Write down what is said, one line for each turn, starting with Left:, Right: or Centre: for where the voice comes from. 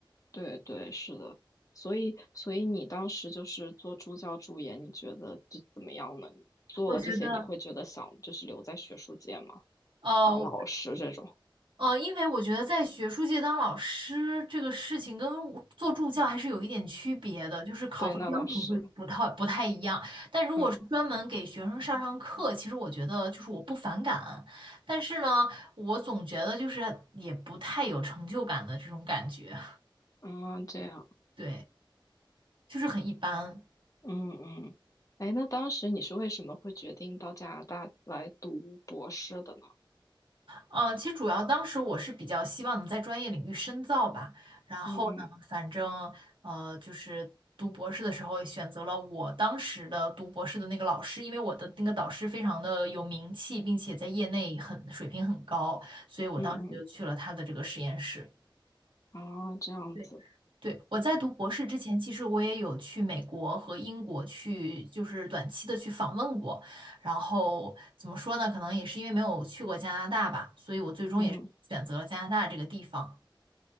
Left: 对对，是的，所以所以你当时就是做助教助研，你觉得就怎么样呢？做了这些，
Right: 我觉得，
Left: 你会觉得想就是留在学术界吗？
Right: 呃，
Left: 当老师这种？
Right: 呃，因为我觉得在学术界当老师这个事情跟做助教还是有一点区别的，就是考核标准会不太不太一样。
Left: 对，那倒是，
Right: 但如果是专门给学生上上课，
Left: 嗯
Right: 其实我觉得就是我不反感，但是呢，我总觉得就是也不太有成就感的这种感觉，
Left: 嗯，这样，
Right: 对，就是很一般。
Left: 嗯嗯，哎，那当时你是为什么会决定到加拿大来读博士的呢？
Right: 嗯，呃其实主要当时我是比较希望能在专业领域深造吧，然后呢，
Left: 嗯嗯
Right: 反正呃，就是读博士的时候选择了我当时的读博士的那个老师，因为我的那个导师非常的有名气，并且在业内很水平很高，所以我当时就去了他的这个实验室。
Left: 嗯嗯，啊，这样子，
Right: 对，对，我在读博士之前，其实我也有去美国和英国去，就是短期的去访问过。然后怎么说呢？可能也是因为没有去过加拿大吧，所以我最终也是选择了加拿大这个地方。
Left: 嗯。